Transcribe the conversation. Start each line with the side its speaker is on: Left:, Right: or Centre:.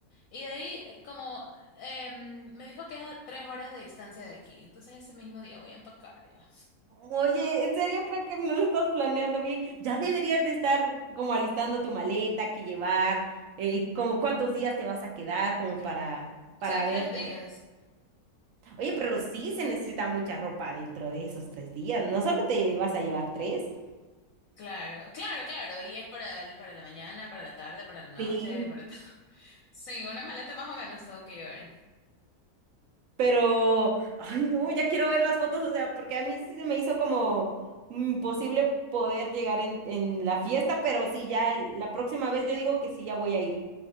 Left: Y de ahí, eh, como em, me dijo que es a tres horas de distancia de aquí, entonces ese mismo día voy a empacar ya.
Right: Oye, en serio creo que no lo estás planeando bien. Ya deberías de estar como alistando tu maleta, que llevar, eh, como cuántos días te vas a quedar, como
Left: Claro.
Right: para, para
Left: Son tres
Right: ver
Left: días.
Right: cómo- Oye, pero sí se necesita mucha ropa dentro de esos tres días. No solo te vas a llevar tres.
Left: Claro, claro, claro. Y es para el, para la mañana, para la tarde, para la noche,
Right: Sí,
Left: para todo. <laughs> Sí, una maleta más o menos tengo que llevar.
Right: pero, ay no, ya quiero ver las fotos, o sea, porque a mí sí se me hizo como imposible poder llegar en, en la fiesta, pero sí, ya el- la próxima vez yo digo que sí, ya voy a ir,